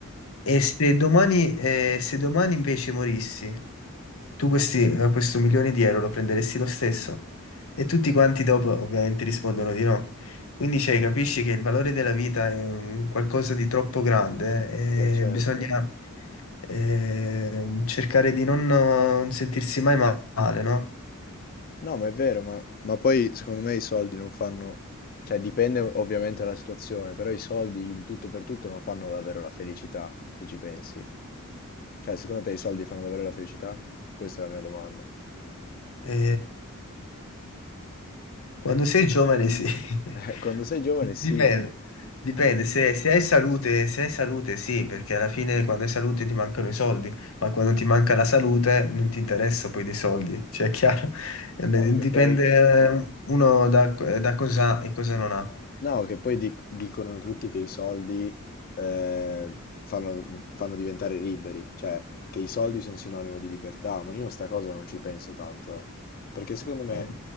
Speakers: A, on the left; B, on the left.
A: E se domani, eh, se domani invece morissi? Tu questi, eh, questo milione di euro lo prenderesti lo stesso? E tutti quanti dopo ovviamente rispondono di no. Quindi cioè, capisci che il valore della vita è un qualcosa di troppo grande eh,
B: Vabbè, certo.
A: e bisogna eh, cercare di non, non sentirsi mai male, no?
B: No, ma è vero, ma, ma poi secondo me i soldi non fanno, cioè dipende ovviamente dalla situazione, però i soldi in tutto e per tutto non fanno davvero la felicità, se ci pensi. Cioè, secondo te i soldi fanno davvero la felicità? Questa è la mia domanda. <laughs>
A: E Quando sei giovane, sì. <laughs>
B: Eh, Quando sei giovane sì,
A: Dipende, dipende. Se, se hai salute, se hai salute, sì, perché alla fine quando hai salute ti mancano i soldi, ma quando ti manca la salute non ti interessa poi dei soldi, <laughs> cioè è chiaro. <laughs> Eh,
B: no, che
A: Dipende
B: poi...
A: eh, uno da, da cosa ha e cosa non ha.
B: No, che poi dic- dicono tutti che i soldi eh, fanno, fanno diventare liberi, cioè che i soldi sono sinonimo di libertà, ma io sta cosa non ci penso tanto, eh. Perché secondo me
A: Eh,